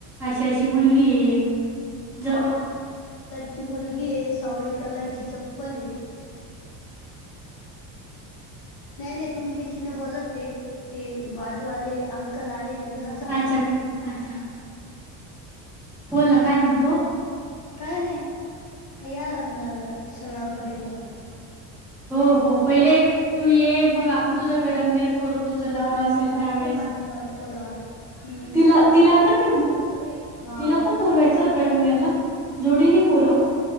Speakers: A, in the centre; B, on the left (about 45°).
A: अशी अशी मुलगी आहे ज
B: ची मुलगी आहे सावळी कलर ची चप्पल आहे नाही नाही तुमच्याशी न बोलत ते बाजू आले अंकल आले त्यांना सांगतोय
A: अच्छा अच्छा अच्छा बोल ना काय म्हणतो
B: काय नाही या लग्नाला सगळा परिवार
A: हो हो पहिले तू ये मग आपण तुझ गडंगनेर करू तुझ लग्न
B: हा
A: असेल
B: मी सांगतो
A: त्यावेळेस
B: माझ्या बायकोला कि
A: तिला तिला पण ये तो
B: हा
A: तिला पण बोलवायचं कडंगनेरला जोडीने बोलू.